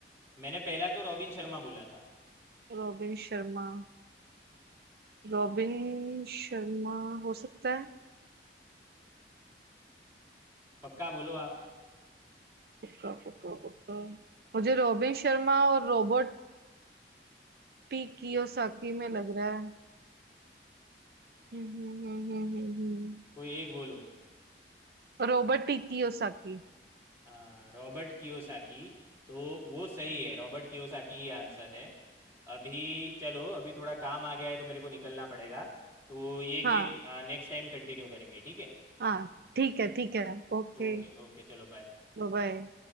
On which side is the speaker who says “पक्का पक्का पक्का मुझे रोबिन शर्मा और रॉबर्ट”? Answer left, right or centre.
Right